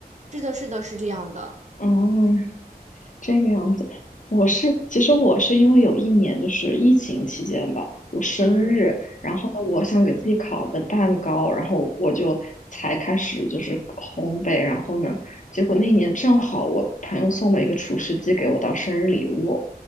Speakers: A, on the right; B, on the left.
A: 是的，是的，是这样的。
B: 哦，这个样子，我是其实我是因为有一年就是疫情期间吧，我生日，
A: 嗯，
B: 然后呢，我想给自己烤个蛋糕，然后我就才开始就是烘焙，然后呢，结果那年正好我朋友送了一个厨师机给我当生日礼物，